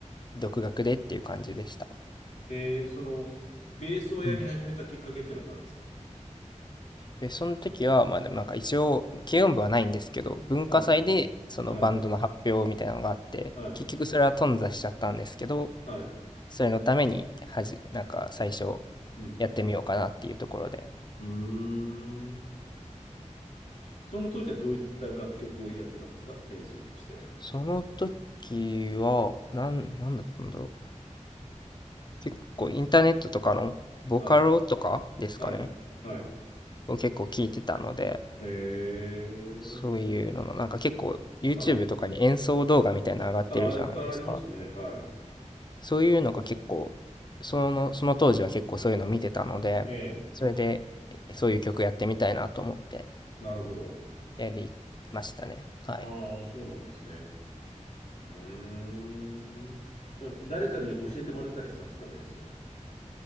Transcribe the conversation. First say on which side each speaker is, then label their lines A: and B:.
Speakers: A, on the left (about 35°); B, on the left (about 65°).
A: 独学でっていう感じでした。
B: えー、その、ベースをやり始めたきっかけっていうのは何ですか
A: うん。で、その時は、まあ、でもなんか一応、軽音部はないんですけど、文化祭で、
B: はい、
A: そのバンドの発表みたいなのがあって、
B: はい、はい、
A: 結局それは頓挫しちゃったんですけど、
B: はい、
A: それのために、はじ、なんか最初、
B: うん。
A: やってみようかなっていうところで。
B: うーん。その当時はどういった楽曲をやってたんですか演奏としては。
A: その時は、なん、なんだったんだろう。結構インターネットとかのボカロとかですかね、
B: はい、はい、はい。
A: を結構聞いてたので、
B: えー、
A: そういうのの、なんか結構 YouTube
B: はい。
A: とかに演奏動画みたいなの上がってるじゃないですか。
B: ああ、いっぱいありますね。はい。
A: そういうのが結構、その、その当時は結構そういうの見てたので、
B: ええ、
A: それで、そういう曲やってみたいなと思って
B: なるほど。
A: やりましたね。はい。
B: ああ、そうなんですね。うーん。そ誰かに教えてもらったりしたんですか、ベースは。